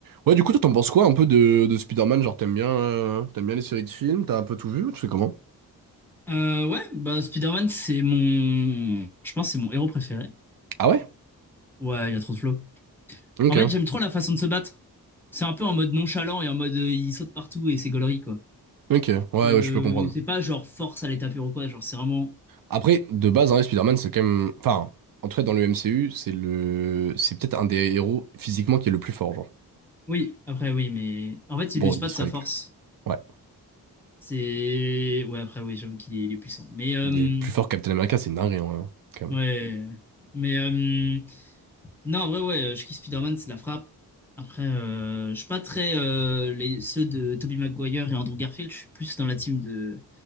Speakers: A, on the right; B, in the centre.
A: Ouais, du coup, toi, t'en penses quoi un peu de, de Spider-Man? Genre, t'aimes bien, euh, t'aimes bien les séries de films? T'as un peu tout vu? Tu sais comment?
B: Euh, ouais, bah Spider-Man, c'est mon. Je pense que c'est mon héros préféré.
A: Ah ouais?
B: Ouais, il a trop de flow.
A: Ok,
B: En fait, j'aime trop la façon de se battre. C'est un peu en mode nonchalant et en mode euh, il saute partout et c'est gaulerie, quoi.
A: ok, ouais,
B: Euh,
A: ouais, je peux comprendre.
B: c'est pas genre force à l'état pur ou quoi, genre c'est vraiment.
A: Après, de base, hein, Spider-Man, c'est quand même. Enfin, en tout cas, dans le MCU, c'est le. C'est peut-être un des héros physiquement qui est le plus fort, genre.
B: Oui, après oui, mais. En fait,
A: Bon,
B: il use
A: il
B: pas de
A: serait.
B: sa force.
A: Ouais.
B: C'est. Ouais, après oui, j'avoue qu'il est, il est puissant. Mais. euh,
A: Il est plus fort que Captain America, c'est une dinguerie, en vrai, hein, quand même.
B: Ouais. Mais. euh, Non, en vrai, ouais, je kiffe Spider-Man, c'est de la frappe. Après, euh, je suis pas très. euh, les, ceux de Tobey Maguire et Andrew Garfield, je suis plus dans la team de